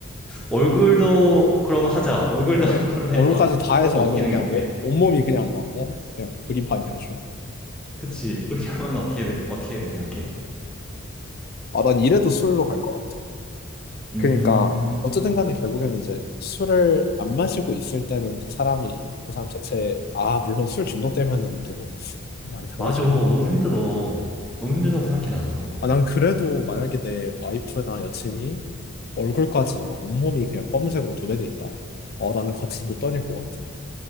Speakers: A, in the centre; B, on the left (about 45°).
A: 얼굴도 그럼 하자. 얼굴도
B: 그래.
A: 하는 걸로
B: 얼굴까지
A: 해서
B: 다 해서
A: 넌 어떻게
B: 완전
A: 생각해?
B: 그냥 온- 온몸이 그냥 막, 어? 그냥 그림판이 아주.
A: 그치. 그렇게 하면 어떻게, 돼- 어떻게 생각해?
B: 아, 난 이래도 술로 갈 것 같아.
A: 음,
B: 그러니까, 어쨌든 간에 결국엔 이제 술을 안 마시고 있을 때는 그 사람이, 그 사람 자체, 아, 물론 술 중독되면은 또 말이 달라지긴
A: 맞아. 너무
B: 하는데.
A: 힘들어. 너무 힘들다고
B: 음.
A: 생각해, 나는 그런 걸.
B: 아, 난 그래도 만약에 내 와이프나 여친이 얼굴까지 막 온몸이 그냥 검은색으로 도배돼 있다? 어, 나는 같이 못 다닐 것 같아.